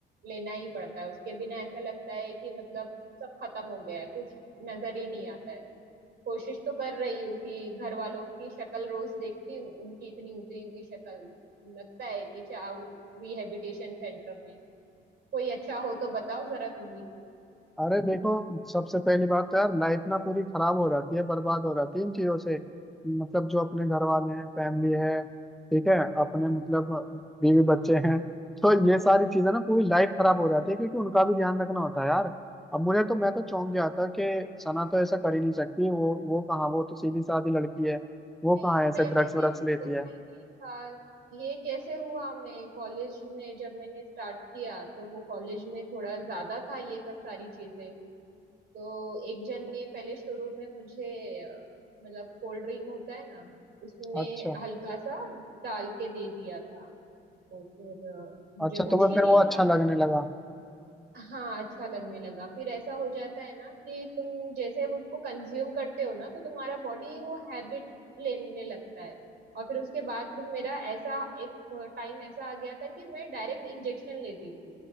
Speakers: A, on the right; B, in the centre.
A: लेना ही पड़ता है उसके बिना ऐसा लगता है कि मतलब सब खत्म हो गया है कुछ नजर ही नहीं आता है कोशिश तो कर रही हूँ कि घर वालों की शक्ल रोज देखती हूँ उनकी इतनी उतरी हुई शक्ल लगता है कि जाओ रिहेबिटेशन सेंटर में कोई अच्छा हो तो बताओ जरा तुम भी
B: अरे देखो सबसे पहली बात तो यार लाइफ ना पूरी खराब हो जाती है बर्बाद हो जाती है इन चीजों से मतलब जो अपने घर वाले हैं फैमिली है ठीक है अपने मतलब बीवी बच्चे हैं तो ये सारी चीजें ना पूरी लाइफ खराब हो जाती है क्योंकि उनका भी ध्यान रखना होता है यार अब मुझे तो मैं तो चौंक गया था कि सना तो ऐसा कर ही नहीं सकती वो वो कहाँ वो तो सीधी सादी लड़की है वो
A: नहीं
B: कहाँ ऐसे
A: मैंने
B: ड्रग्स
A: भी
B: व्रग्स
A: सोचा
B: लेती है
A: ही नहीं था ये कैसे हुआ मैं कॉलेज में जब मैंने स्टार्ट किया तो वो कॉलेज में थोड़ा ज्यादा था ये सब सारी चीजें तो एक जन ने पहले शुरू में मुझे अ, मतलब कोल्ड ड्रिंक होता है ना उसमें
B: अच्छा
A: हल्का सा डाल के दे दिया था तो फिर अ, मुझे
B: अच्छा
A: होश
B: तुम्हें
A: ही
B: फिर
A: नहीं
B: वो अच्छा
A: था
B: लगने लगा
A: हाँ अच्छा लगने लगा फिर ऐसा हो जाता है ना कि तुम जैसे उसको कंज्यूम करते हो ना तो तुम्हारा बॉडी वो हैबिट लेने लगता है और फिर उसके बाद तुम मेरा ऐसा एक टाइम ऐसा आ गया था कि मैं डायरेक्ट इंजेक्शन लेती थी